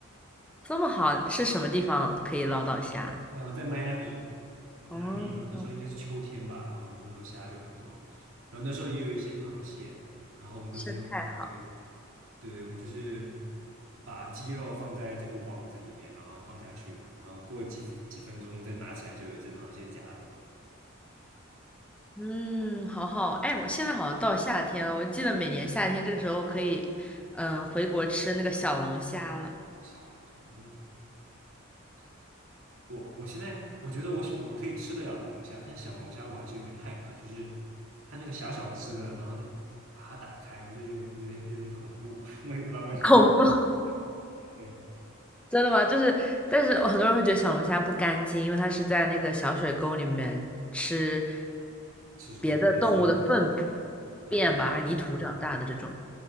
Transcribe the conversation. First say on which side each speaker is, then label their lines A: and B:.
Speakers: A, in the centre; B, on the right (about 70°).
A: <laughs> 这么好，是什么地方可以捞到虾？
B: 呃，在迈阿密，迈阿密，
A: 哦，
B: 然后那时候应该是秋天吧，然后那时候虾就很多，然后那时候也有一些螃蟹，然后我们都是用这个，
A: 生态好，
B: 对，我们就是把鸡肉放在这个网子里面，然后放下去，然后过几几分钟再拿起来，就有一只螃蟹夹着，
A: 嗯，好好。哎，我现在好像到夏天了，我记得每年夏天这个时候可以，嗯，回国吃那个小龙虾了，
B: 小龙虾，嗯小龙，我我现在我觉得我喜我可以吃得了龙虾，但小龙虾我还是有点害怕，就是它那个小小只的，然后再把它打开，我就有点有点有点恐怖，<laughs> 我也不知道为什么。
A: <laughs> 恐怖。
B: <laughs> 对，
A: 真的吗？就是，但是我很多人会觉得小龙虾不干净，因为它是在那个小水沟里面吃
B: 吃什么垃圾之类的。
A: 别的动物的粪
B: 嗯，
A: 便吧，还是泥土长大的这种。